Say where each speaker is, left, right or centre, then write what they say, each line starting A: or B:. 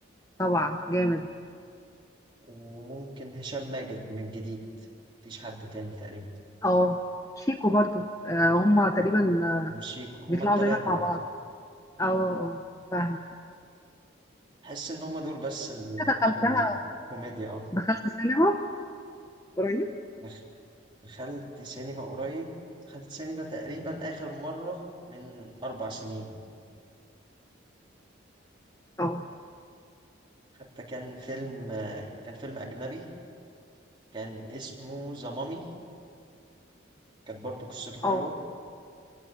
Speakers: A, on the left (about 15°); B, on the right (about 25°).
A: طبعا جامد
B: وممكن هشام ماجد من الجديد مفيش حد تاني تقريبا
A: اه شيكو برضو آه هما تقريبا آه،
B: وشيكو هما
A: بيطلعوا
B: التلاتة
A: دايما مع
B: اه
A: بعض اه اه فاهمه
B: بحس ان هما دول بس اللي ممكن
A: دخلتها
B: كوميديا اه
A: دخلت سينما قريب
B: دخ- دخلت سينما قريب دخلت سينما تقريبا اخر مرة من اربع سنين
A: اه
B: حتى كان فيلم آه، كان فيلم أجنبي كان اسمه ذا مامي كانت برضه قصته حلوة
A: اه